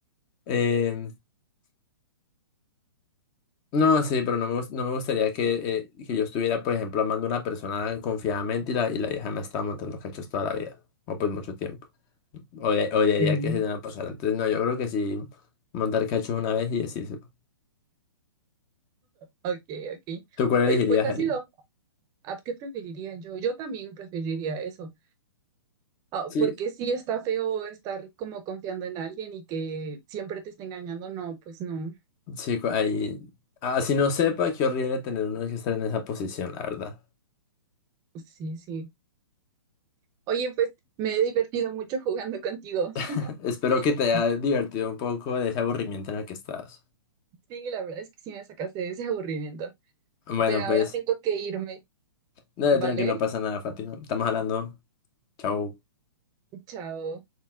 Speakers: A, on the left; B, on the right.
A: Em, no, sí, pero no me, gus- no me gustaría que, eh, que yo estuviera, por ejemplo, amando a una persona confiadamente y la, y la vieja me estaba montando cachos toda la vida, o pues mucho tiempo, o odiaría
B: Sí.
A: que se dieran
B: <laughs>
A: a pasar, entonces no, yo creo que sí, montar cachos una vez y decírselo.
B: Ok, ok.
A: ¿Tú cuál
B: Oye,
A: elegirías
B: pues ha
A: ahí?
B: sido. ¿A qué preferiría yo? Yo también preferiría eso. Ah,
A: Sí,
B: porque sí está feo estar como confiando en alguien y que siempre te esté engañando. No, pues no.
A: chico, ahí. Así no sepa, qué horrible tener uno que estar en esa posición, la verdad.
B: pues Sí, sí. Oye, pues me he divertido mucho jugando contigo.
A: <laughs>
B: <laughs>
A: Espero que te haya divertido un poco de ese aburrimiento en el que estás.
B: Sí, la verdad es que sí me sacaste de ese aburrimiento.
A: Bueno,
B: Pero ahora
A: pues,
B: tengo que irme,
A: dale,
B: ¿vale?
A: tranqui, no pasa nada, Fátima. Estamos hablando. Chao.
B: Chao.